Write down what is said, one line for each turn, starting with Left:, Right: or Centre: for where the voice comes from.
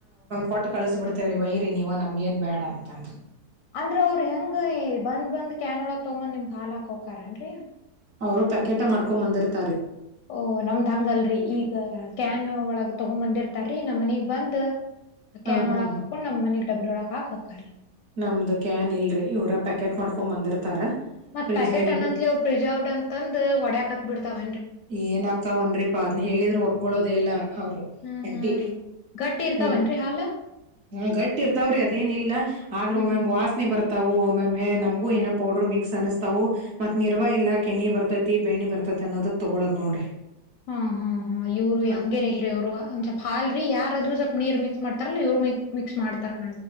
Right: ಕೊಟ್ಟು ಕಳಸ್ ಬಿಡ್ತೇವ್ರಿ ವೈರಿೀ ನೀವ ನಮ್ಗ ಏನ್ ಬೇಡ ಅಂತಂದ
Left: ಅಂದ್ರ ಅವ್ರ ಹೆಂಗ್ ಬಂದ್ ಬಂದ್ ಕ್ಯಾನ್ ಒಳಗ್ ತಗೊಂದ್ ನಿಮ್ಗ್ ಹಾಲ್ ಹಾಕೋಕನ್ರರಿ
Right: ಅವರು ಪ್ಯಾಕೆಟ್ ಮಾಡ್ಕೊಂಡ ಬಂದಿತತಿ
Left: ಓ ನಮ್ದ್ ಹಂಗಲ್ರರಿ ಈಗ ಕ್ಯಾನ್ ಒಳಗ್ ತಗೊ ಬಂದಿರ್ತಾರೀ ನಮ್ಮ್ನಗ್ ಬಂದ್
Right: ಹಾ
Left: ಕ್ಯಾನ್
Right: ಹಾ
Left: ಒಳಗ
Right: ಹ
Left: ಹಾಕೊಂಡ್ ನಮ್ ಮನಗ್ ಡಬ್್ರರೊಳ ಹಾಕ್ ಹಕಾರಿ
Right: ನಮ್ದು ಕ್ಯಾನ್ ಇಲ್ರರಿ ಇವರ ಪ್ಯಾಕೆಟ್ ಮಾಡ್ಕೊಂಡ್ ಬಂದಿರ್ತಾರ
Left: ಮತ್
Right: ಫ್ರಿಜ್ನಾಗ
Left: ಪ್ಯಾಕೆಟ್ ಅನಂತ
Right: ಇಟ್ಟು
Left: ಪ್ರಿಸರ್ವಡ್ ಅಂತಂದ ಒಡ್ಯಾಕ್ತ್ ಬಿಡ್ತಾವ
Right: ಏನ ಅಕ್ಕವನ್ಿ ಪ ಅ ಹೇಳಿದ್ರರು ಒಗ್ಗಳೋದ ಎಲ್ಲ ಅವರು
Left: ಹ್ಮ್
Right: ಅಂಟಿ
Left: ಹಾ ರೀ ಗಟ್ಟಿ ಇರ್ತಾವನ್ರಿ
Right: ನಿಮ
Left: ಹಾಲ
Right: ಹಾ ಗಟ್ಟಿರ್ತವ್ರಿ ಅದೇನಿಲ್ಲ ಆದ್ರ
Left: ಹ್ಮ್
Right: ಒಮ್ಮ
Left: ಹ್ಮ್
Right: ವಾಸನೆ ಬರ್ತಾವು ಒಮ್ಮೊಮ್ಮೆಮಗೂ ಏನೋ ಪೌಡ್ರರ್ ಮಿಕ್ಸ್ ಅನಸ್ತಾವು ಮತ್ ನಿರ್ವ ಇಲ್ಲ ಕೆನಿ ಬರ್ತೈತಿ ಬೆಣ್ಣಿ ಬರ್ತೈತಿ ಅನ್ನೋದಕ್ ತೊಗೊಳೋ್ ನೋಡ್ರಿ
Left: ಹ್ಮ್ ಹ್ಮ್ ಹಾ್ ಇವ್ರು
Right: ಮತ್
Left: ಹಂಗೇನ್ ಇಲ್ರಿ ಅವ್ರು ಒಂದ್ ಸ್ವಪ ಹಲ್ರಿ ಯಾರಾದ್ರೂ ಸ್ವಲ್ಪ್ ನೀರ್ ಮಿಕ್ಸ್ ಮಾಡ್ ತರಲ್ಲಿ ಇವರು ಮ ಮಿಕ್ಸ್ ಮಾಡತಾರೆ